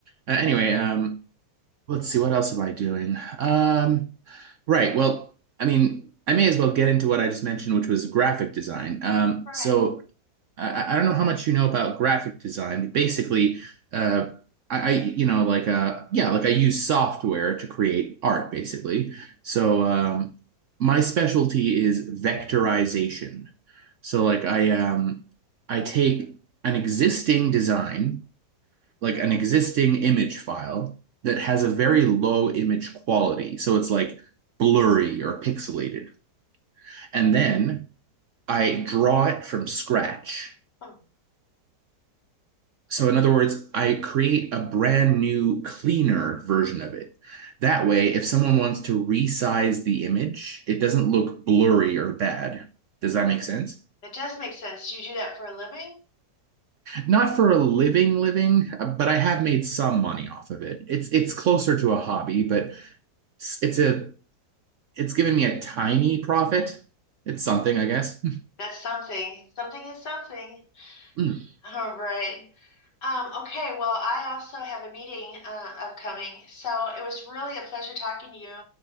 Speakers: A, on the right; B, on the left.
A: Uh, anyway, um, let's see, what else am I doing? Um, right, well, I mean, I may as well get into what I just mentioned, which was graphic design. Um,
B: Right.
A: so I, I don't know how much you know about graphic design, but basically, uh, I, I you know like uh yeah like I use software to create art basically. So um, my specialty is vectorization. So like I um I take an existing design, like an existing image file that has a very low image quality. So it's like blurry or pixelated. And then I draw it from scratch.
B: Hmm.
A: So, in other words, I create a brand new, cleaner version of it. That way, if someone wants to resize the image, it doesn't look blurry or bad. Does that make sense?
B: That does make sense. Do you do that for a living?
A: Not for a living, living, uh, but I have made some money off of it. It's it's closer to a hobby, but it's, a it's given me a tiny profit. It's something, I guess.
B: That's something. Something is something.
A: <laughs>
B: <laughs> All right. Um, okay, well, I also have a meeting uh, upcoming, so it was really a pleasure talking to you